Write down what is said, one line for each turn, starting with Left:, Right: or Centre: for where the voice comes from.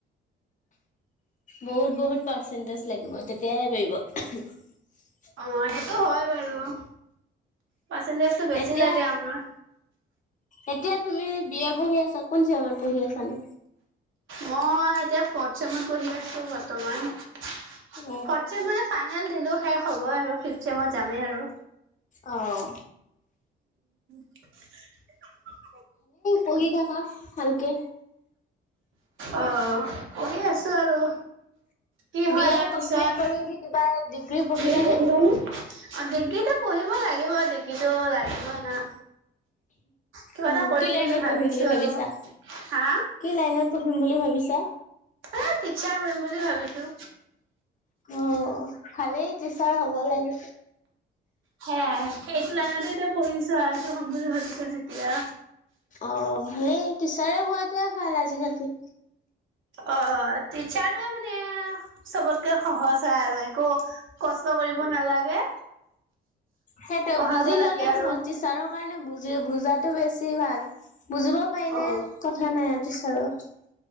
Left: বহুত বহুত পাৰ্চেণ্টেজ লাগিব, তেতিয়াহে পাৰিব।
Right: অঁ সেইটো হয় বাৰু অঁ। পাৰ্চেন্টেজটো বেছি
Left: এতিয়া
Right: লাগে আমাৰ।
Left: এতিয়া তুমি বি এ পঢ়ি আছা, কোন চেমত। পঢ়ি আছানে
Right: মই এতিয়া ফৰ্থ চেমত পঢ়ি আছো বৰ্তমান। ফৰ্থ
Left: অ
Right: ছেম মানে ফাইনেল দিলো। শেষ হ'ব আৰু ফিফ চেমত যামেই আৰু।
Left: অঁহ,
Right: <inaudible>
Left: পঢ়ি থাক কা ভালকে।
Right: অ' কৰি আছো আৰু। কি হয়
Left: বি
Right: ইয়াৰ
Left: এ কমপ্লিট
Right: পিছত
Left: কৰিব কিবা ডিগ্ৰী পঢ়িব
Right: তুমি পঢ়িবানে
Left: নে?
Right: অ ডিগ্ৰীটো পঢ়িব লাগিব ডিগ্ৰীটো লাগিব না। কিবা
Left: অ
Right: এটা কৰিম
Left: কি লাইনত
Right: বুলি ভাবিছো
Left: পঢ়িম বুলি ভাবিছা
Right: আৰু হা
Left: কি লাইনত? পঢ়িম বুলি ভাবিছা।
Right: এ টিচাৰ কৰিম বুলি ভাবিছো,
Left: অ ভালেই তে তিচাৰ হ'ব লাগি
Right: হে সেইটো লাইনতে এতিয়া পঢ়িছো আৰু এইটো হ'ম বুলি ভাবিছো যেতিয়া।
Left: অ ভালেই টিচাৰে হোৱাাতোৱে ভাল আজিকালি।
Right: অ টিচাৰটয়ে মানে চবতকে সহজ হয় আৰু একো কষ্ট কৰিব নালাগে।
Left: সেইটো
Right: পঢ়াব
Left: বুজি
Right: লাগে
Left: ললেই
Right: আৰু
Left: হ'ল টিচাৰক, কাৰণে বুজি বুজাতো বেছি ভাল। বুজিব পাৰিলে,
Right: অ
Left: কথা নাই তিচাৰৰ